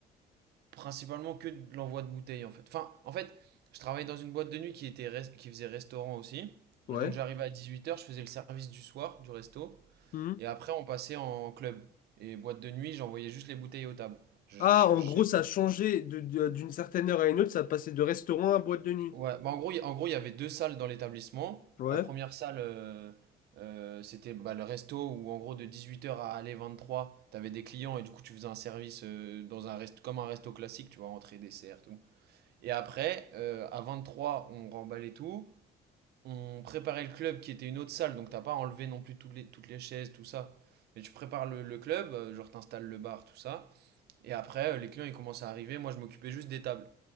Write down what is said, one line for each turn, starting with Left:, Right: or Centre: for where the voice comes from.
Right: principalement que de l'envoi de bouteilles en fait. Enfin, en fait, je travaillais dans une boîte de nuit qui était res- qui faisait restaurant aussi.
Left: Ouais.
Right: Et donc j'arrivais à 18 heures, je faisais le service du soir du resto.
Left: Mhm.
Right: Et après, on passait en club. Et boîte de nuit, j'envoyais juste les bouteilles aux tables. Je-
Left: Ah,
Right: je-
Left: en
Right: je-
Left: gros, ça a changé de- de- d'une certaine heure à une autre, ça passait de restaurant à boîte de nuit.
Right: Ouais, bah en gros, il- en gros, il y avait deux salles dans l'établissement.
Left: Ouais.
Right: La première salle, euh, euh, c'était bah, le resto où en gros de 18 heures à aller 23, t'avais des clients et du coup tu faisais un service euh, dans un rest- comme un resto classique, tu vois, entrée, dessert, tout. Et après, euh, à 23, on remballait tout. On préparait le club qui était une autre salle, donc t'as pas enlevé non plus toutes les, toutes les chaises, tout ça. Mais tu prépares le, le club, euh, genre t'installes le bar, tout ça. Et après, euh, les clients ils commencent à arriver. Moi, je m'occupais juste des tables.